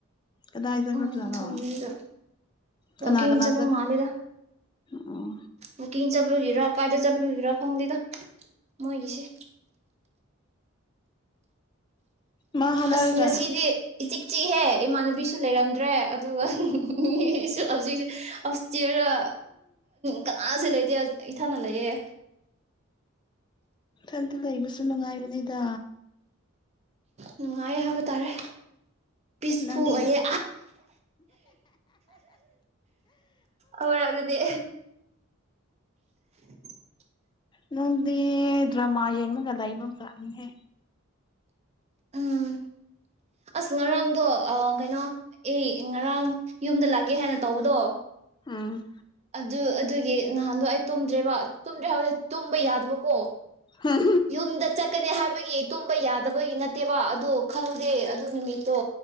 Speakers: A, on the left (about 20°); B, on the right (about 30°).
A: ꯀꯗꯥꯏ ꯆꯠꯈ꯭ꯔꯕꯖꯥꯠꯅꯣ
B: ꯎ ꯃ ꯊꯗ
A: ꯀꯅꯥ
B: ꯋꯥ
A: ꯀꯅꯥ
B: ꯆꯄ
A: ꯆꯠꯈ꯭ꯔ
B: ꯃꯥ ꯂꯩꯗ
A: ꯑꯣ
B: ꯃꯀꯤꯡ ꯆꯠꯄꯤꯒꯤꯔ ꯀꯥꯏꯗ ꯆꯠꯄꯤꯈꯤꯔꯣ ꯈꯪꯗꯦꯗ ꯃꯣꯏꯒꯤꯁꯤꯦ
A: ꯃꯥ ꯍꯂꯔꯒ
B: ꯑꯁ ꯉꯁꯤꯗꯤ ꯏꯆꯤꯛ ꯆꯤꯛꯍꯦ ꯏꯃꯥꯟꯅꯕꯤꯁꯨ ꯂꯩꯔꯝꯗ꯭ꯔꯦ ꯑꯗꯨꯒ ꯍꯧꯖꯤꯛ ꯍꯧꯔ ꯀꯅꯥꯁꯨ ꯂꯩ ꯏꯊꯅ ꯂꯩꯌꯦꯦ
A: ꯏꯟꯇ ꯂꯩꯕꯁꯨ ꯅꯨꯡꯉꯥꯏꯕꯅꯤꯗ
B: ꯅꯨꯡꯉꯥꯏ ꯍꯥꯏꯕ ꯇꯥꯔꯦ ꯄꯤꯁꯐꯨ
A: ꯅꯪꯗꯤ
B: ꯑꯣꯏꯌꯦ ꯑꯃꯔꯛꯗꯗꯤ <unintelligible>
A: ꯅꯪꯗꯤ ꯗ꯭ꯔꯃꯥ ꯌꯦꯡꯉꯒ ꯂꯩꯥꯛꯕ ꯆꯠꯅꯤꯍꯦ
B: ꯑꯝ ꯑꯁ ꯉꯔꯥꯡꯗꯣ ꯀꯩꯅꯣ ꯑꯦ ꯉꯔꯥꯡ ꯌꯨꯝꯗ ꯂꯥꯛꯒꯦ ꯍꯥꯏꯅ ꯇꯧꯕꯗꯣ
A: ꯎꯝ
B: ꯑꯗꯨ ꯑꯗꯨꯒꯤ ꯅꯍꯥꯟꯗꯣ ꯑꯩ ꯇꯨꯝꯗ꯭ꯔꯦꯕ ꯇꯨꯝꯗ꯭ꯔꯦ ꯍꯥꯏꯕꯗꯤ ꯇꯨꯝꯕ ꯌꯥꯗꯕꯀꯣ
A: ꯍꯝ
B: ꯌꯨꯝꯗ ꯆꯠꯀꯅꯤ ꯍꯥꯏꯕꯒꯤ ꯇꯨꯝꯕ ꯌꯥꯗꯕꯒꯤ ꯅꯠꯇꯦꯕ ꯑꯗ ꯈꯪꯗꯦ ꯑꯗꯨ ꯅꯨꯃꯤꯠꯇꯣ